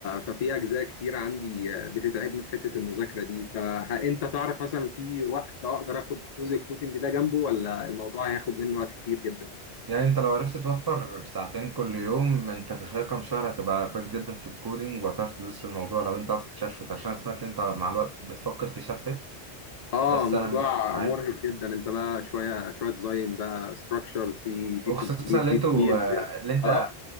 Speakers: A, on the left; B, on the right.
A: ففي اجزاء كتير عندي بتتعبني في حته المذاكره دي فانت تعرف مثلا في وقت اقدر اخد جزء الكودينج ده جنبه ولا الموضوع هياخد مني وقت كتير جدا
B: يعني انت لو عرفت توفر ساعتين كل يوم انت في خلال كام شهر هتبقى كويس جدا في الكودينج وهتعرف تدوس في الموضوع لو انت عاوز تشفت عشان أنا سمعت ان انت مع الوقت بتفكر تشفت
A: اه
B: بس
A: موضوع
B: انا مش عارف
A: مرهق جدا انت بقى شويه شويه ديزاين بقى ستراكشرز في في
B: وخصوصا
A: كونكريت
B: اللي
A: في
B: انتوا
A: ستيلز
B: اللي انت
A: اه